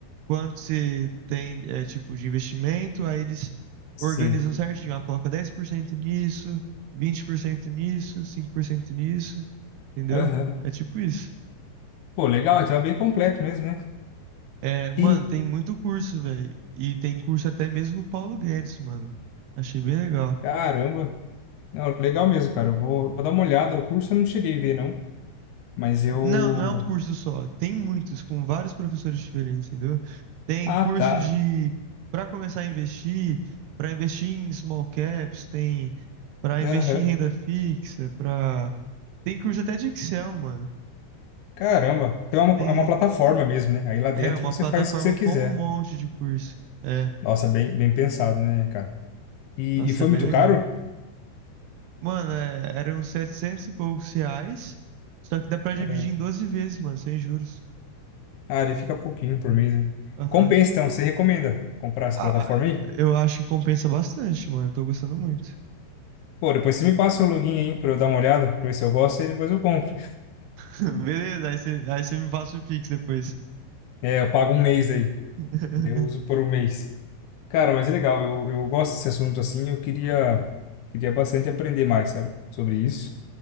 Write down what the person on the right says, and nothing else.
quanto você tem, é, tipo, de investimento, aí eles
organizam certinho. Ah, coloca 10% nisso, 20% nisso, 5% nisso, entendeu?
É tipo isso.
É, mano,
tem muito curso, velho. E tem curso até mesmo o Paulo Guedes, mano. Achei bem legal.
Não, não é um curso só. Tem muitos, com vários professores diferentes, entendeu? Tem
curso
de para começar a investir, para investir em small caps, tem para investir
em renda fixa, para tem curso até de Excel, mano.
Tem
é uma
plataforma
com um monte de curso. É,
nossa,
é bem
legal.
Mano, é, eram 700 e poucos reais, só que dá pra dividir
em 12 vezes, mano, sem juros.
Aham.
Ah,
eu acho que compensa bastante, mano. Eu tô gostando muito.
<laughs> Beleza, aí você, aí você me passa o Pix depois.
<laughs>